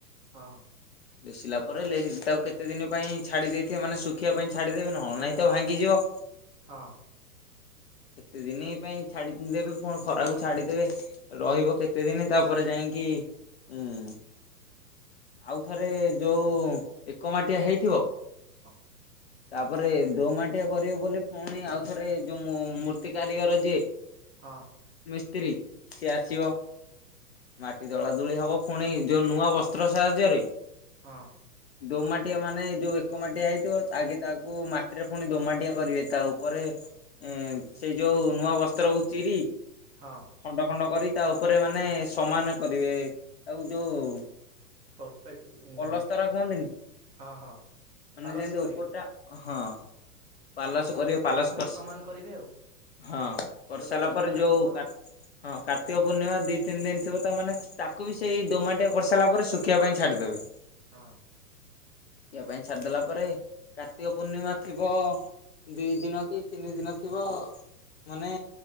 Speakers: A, on the right; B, on the left.
A: ହଁ।
B: ସିଲା ପରେ ଲେ ତାକୁ କେତେ ଦିନ ପାଇଁ ଛାଡ଼ି ଦେଇଥିବ ମାନେ ଶୁଖିବା ପାଇଁ ଛାଡ଼ିଦେବେ ନହେଲେ ନାଇଁ ତ ଭାଙ୍ଗିଯିବ।
A: ହଁ।
B: କେତେ ଦିନି ପାଇଁ ଛାଡ଼ି ଦେବେ ପୁଣ ଖରାକୁ ଛାଡ଼ିଦେବେ। ରହିବ କେତେ ଦିନି ତାପରେ ଯାଇଙ୍କି ଉଁ ଆଉଥରେ ଯୋଉ ଏକ ମାଟିଆ ହେଇଥିବ
A: <inaudible>
B: ତାପରେ ଦୋମାଟିଆ କରିବ ବୋଲି ପୁଣି ଆଉ ଥରେ ଯୋଉ ମୁ ମୂର୍ତ୍ତି କାରିଗର ଯିଏ
A: ହଁ।
B: ମିସ୍ତ୍ରୀ। ସିଏ ଆସିବ
A: ହଁ
B: ମାଟି ଦଳା ଦୁଳି ହବ ଫୁଣି ଯୋଉ ନୂଆ ବସ୍ତ୍ର ସାହାଯ୍ୟରେ
A: ହଁ।
B: ଦୋମାଟିଆ ମାନେ ଯୋଉ ଏକ ମାଟିଆ ହେଇଥିବ ଆଗେ ତାକୁ ମାଟିରେ ପୁଣି ଦୋମାଟିଆ କରିବେ ତାଓ ପରେ ଇଁ ସେଇ ଯୋଉ ନୂଆ ବସ୍ତ୍ରକୁ ଚିରି
A: ହଁ।
B: ଖଣ୍ଡ ଖଣ୍ଡ କରି ତା ଓପରେ ମାନେ ସମାନ କରିବେ ତାକୁ ଯୋଉ
A: ପରଫେକ୍ଟ ଉଁ
B: ପଲସ୍ତର କୁହନ୍ତିନି ମାନେ
A: ହଁ ହଁ ପାଲସ
B: ଯେମିତି
A: କରିବେ
B: ଓପରଟା ହଁ। ପାଲସ
A: ପାଲସ୍ତରା
B: କରିବେ ପାଲସ୍
A: କରି
B: କସ୍
A: ସମାନ କରିବେ ଆଉ
B: ହଁ
A: ସେ
B: କରିସାରିଲା
A: ଯୋଉ ଖେଦ
B: ପରେ
A: ଖେଦଡା
B: ଯୋଉ
A: ଥିବ
B: ପା ହଁ କାର୍ତ୍ତିକ ପୂର୍ଣ୍ଣିମା ଦି ତିନି ଦିନ ଥିବ ତାମାନେ ତାକୁ ବି ସେଇ ଦୋମାଟିଆ କରିସାରିଲା ପରେ ସୁକ୍ କିବା ପାଇଁ ଛାଡ଼ିଦେବେ।
A: ହଁ।
B: ଖିବା ପାଇଁ ଛାଡ଼ିଦେଲା ପରେ କାର୍ତ୍ତିକ ପୂର୍ଣ୍ଣିମା ଥିବ ଦିଇ ଦିନ କି ତିନି ଦିନ ଥିବ ମାନେ